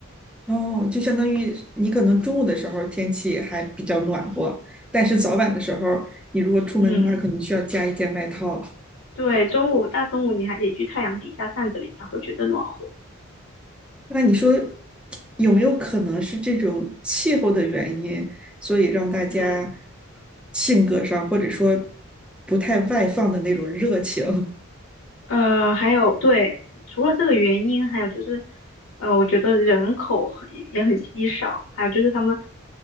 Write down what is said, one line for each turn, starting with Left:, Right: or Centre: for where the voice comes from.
Centre: 哦，就相当于你可能中午的时候天气还比较暖和，但是早晚的时候你如果出门的话，
Left: 嗯，
Centre: 可能需要加一件外套。
Left: 对，中午大中午你还得去太阳底下站着，你才会觉得暖和。
Centre: 那你说有没有可能是这种气候的原因，所以让大家
Left: 嗯。
Centre: 性格上或者说不太外放的那种热情？
Left: 呃，还有对，除了这个原因，还有就是，呃，我觉得人口很也很稀少，还有就是他们，